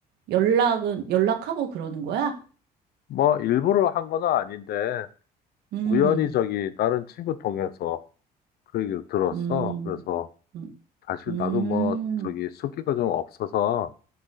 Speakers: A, on the right (about 75°); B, on the left (about 65°).
A: 연락은, 연락하고 그러는 거야?
B: 뭐 일부러 한 건 아닌데,
A: 음,
B: 우연히 저기 다른 친구 통해서 그 얘기를 들었어.
A: 음,
B: 그래서
A: 음,
B: 사실
A: 음,
B: 나도 뭐 저기 숫기가 좀 없어서